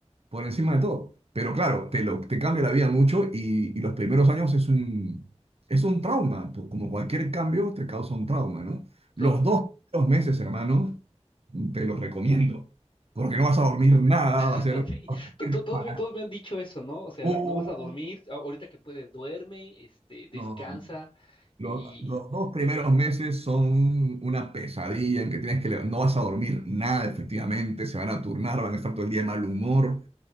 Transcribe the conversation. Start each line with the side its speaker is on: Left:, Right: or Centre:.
Right: por encima de todo. Pero claro, te, lo, te cambia la vida mucho y, y los primeros años es un, es un trauma, po- como cualquier cambio te causa un trauma, ¿no?
Left: claro.
Right: Los dos primeros meses, hermano, te los recomiendo, porque no vas a dormir nada,
Left: <laughs>
Right: va a ser <laughs>
Left: Sí,
Right: vas a
Left: to-
Right: ir
Left: to- todos,
Right: para...
Left: me- todos me han dicho eso, ¿no? O sea,
Right: Uh,
Left: no vas a dormir, a- ahorita que puedes, duerme, este, descansa
Right: No, no. Los,
Left: y,
Right: los dos primeros meses son una pesadilla en que tienes que... le- No vas a dormir nada, efectivamente, se van a turnar, van a estar todo el día de mal humor.